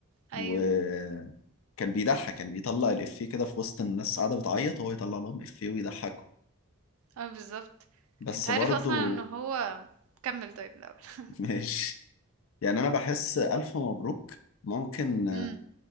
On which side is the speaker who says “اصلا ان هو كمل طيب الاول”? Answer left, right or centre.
Right